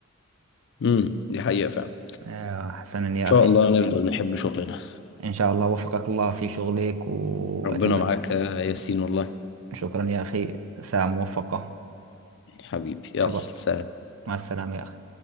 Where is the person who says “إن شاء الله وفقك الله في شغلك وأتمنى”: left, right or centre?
Right